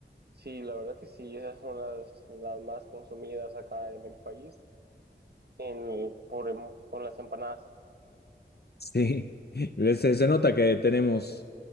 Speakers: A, on the right; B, on the left.
A: sí, la verdad que sí, esas son las, las más consumidas acá en el país, en, por, em- con las empanadas.
B: Sí, <laughs> se, se nota que tenemos,